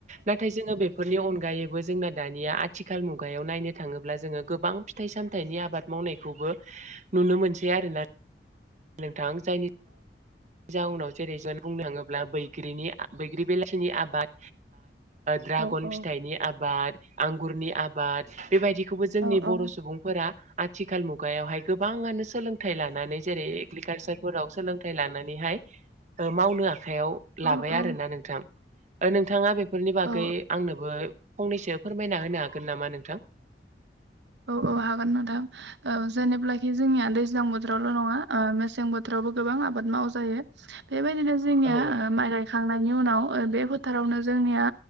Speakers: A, on the right (about 40°); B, on the right (about 80°).
A: नाथाय जोङो बेफोरनि अनगा गायैबो जोंना दानिया आथिखाल मुगायाव नायनो थाङोब्ला जोङो गोबां फिथाइ सामथाइनि आबाद मावनाय खौबो नुनो मोनसै आरोना नोंथां जायनि जाउनाव जेरै जों बुंनो थाङोब्ला बैग्रिनि बैग्रि बेलाथिनि आबाद द्रागन
B: औ औ
A: फिथाइनि आबाद आंगुरनि आबाद बेबायदिखौबो जोंनि
B: औ
A: बर
B: औ
A: सुबुंफोरा आथिखाल मुगायावहाय गोबाङानो सोलोंथाइ लानानै जेरै एग्रिकालसारफोराव सोलोंथाइ लानानैहाय मावनो आखायाव लाबाय
B: औ औ
A: आरोना नोंथां ओ नोंथाङा बेफोरनि बागै
B: औ
A: आंनोबो फंनैसो फोरमायना होनो हागोन नामा नोंथां?
B: औ औ हागोन नोंथां औ जेनेब्लाखि जोंनिया दैज्लां बोथोरावल नङा आं मेसें बोथोराव बो गोबां आबाद मावजायो। बेबायदिनो जोंनिया
A: औ औ
B: माइ गायखांनायनि उनाव ओ बे फोथारावनो जोंनिया